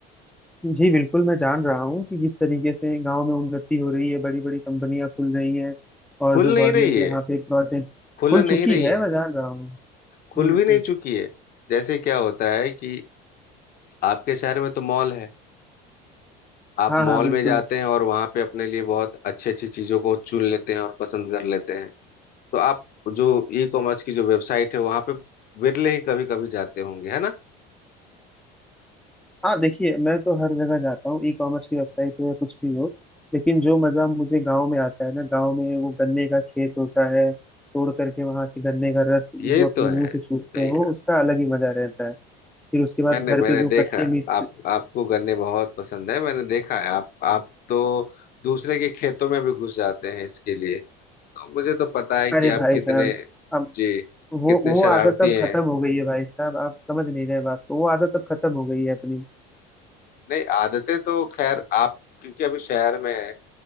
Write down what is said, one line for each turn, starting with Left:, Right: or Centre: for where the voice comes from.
Centre: जी बिल्कुल मैं जान रहा हूँ कि किस तरीके से गांव में उन्नति हो रही है बड़ी बड़ी कंपनियां खुल रही हैं और
Left: खुल
Centre: जो गवर्नमेंट
Left: नहीं रही
Centre: यहाँ
Left: है
Centre: पे प्रोजेक्ट
Left: खुल
Centre: खुल
Left: नहीं
Centre: चुकी
Left: रही
Centre: है
Left: है
Centre: मैं जान रहा हूँ
Left: खुल
Centre: हम्म,
Left: भी नहीं
Centre: हम्म,
Left: चुकी है जैसे क्या होता है कि आपके शहर में तो मॉल है आप
Centre: हाँ
Left: मॉल
Centre: हाँ बिल्कुल
Left: में जाते हैं और वहां पे अपने लिए बहुत अच्छी अच्छी चीजों को चुन लेते हैं और पसंद कर लेते हैं तो आप जो ई कॉमर्स की जो वेबसाइट है वहां पे विरले ही कभी कभी जाते होंगे है ना
Centre: हाँ देखिए मैं तो हर जगह जाता हूँ ई कॉमर्स की वेबसाइट हो या कुछ भी हो लेकिन जो मजा मुझे गांव में आता है ना गांव में वो गन्ने का खेत होता है तोड़ करके वहां से गन्ने का रस जो
Left: ये
Centre: अपने
Left: तो है
Centre: मुंह
Left: सही
Centre: से चूसते हैं वो
Left: कहा
Centre: उसका अलग ही मजा रहता है फिर उसके बाद
Left: मैंने
Centre: घर
Left: मैंने
Centre: पे जो
Left: देखा
Centre: कच्चे मिर्च
Left: आप आपको गन्ने बहुत पसंद है मैंने देखा है आप आप तो दूसरे के खेतों में भी घुस जाते हैं इसके लिए तो मुझे तो पता है कि
Centre: अरे भाई
Left: आप कितने
Centre: साहब अब
Left: जी
Centre: वो
Left: कितने
Centre: वो
Left: शरारती
Centre: आदत अब
Left: हैं
Centre: खत्म हो गई है भाई साहब आप समझ नहीं रहे बात को वो आदत अब खत्म हो गई है अपनी
Left: नहीं आदतें तो खैर आप क्योंकि अभी शहर में है